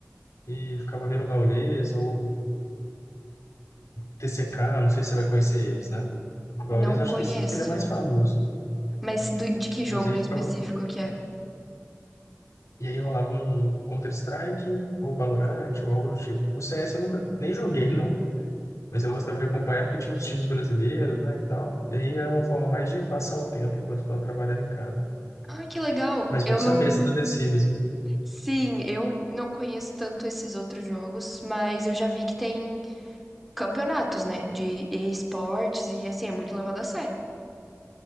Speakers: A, on the left; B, in the centre.
A: e ficava vendo o Gaules ou TCK, não sei se você vai conhecer eles, né? O Gaules
B: Não
A: eu acho
B: conheço.
A: que sim, porque ele é mais famoso,
B: Mas do- de que
A: mas
B: jogo
A: aí
B: em
A: ficava...
B: específico que é?
A: E aí rolava um Counter-Strike ou Valorant ou algo do tipo. O CS eu nunca nem joguei, não. Mas eu gostava de acompanhar porque tinha uns times brasileiros, né, e tal. E aí é uma forma mais de passar o tempo enquanto estava trabalhando em casa.
B: Ai, que legal.
A: Mas
B: Eu
A: bom saber
B: não.
A: essa do The Sims.
B: Sim, eu não conheço tanto esses outros jogos, mas eu já vi que tem campeonatos, né? De esportes e assim, é muito levado a sério.